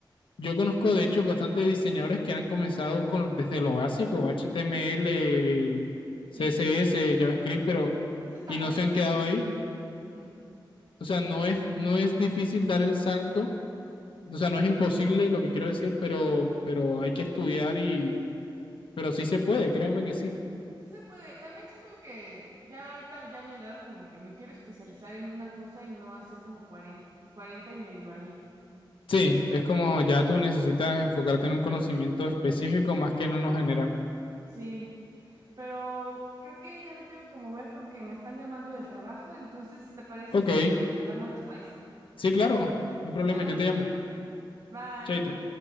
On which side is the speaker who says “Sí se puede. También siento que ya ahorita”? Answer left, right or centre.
Right